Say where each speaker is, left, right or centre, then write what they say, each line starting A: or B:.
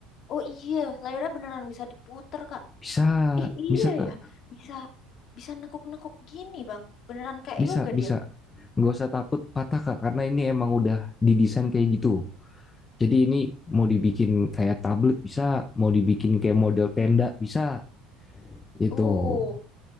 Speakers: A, on the left (about 45°); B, on the left (about 20°).
A: oh iya, layarnya beneran bisa diputer, Kak.
B: bisa,
A: Ih, iya
B: bisa kak.
A: ya. Bisa bisa nekuk-nekuk gini, Bang. Beneran kayak
B: Bisa,
A: yoga
B: bisa.
A: dia.
B: Nggak usah takut patah Kak, karena ini emang udah didesain kayak gitu. Jadi ini mau dibikin kayak tablet bisa, mau dibikin kayak model tenda bisa. Itu
A: Oh,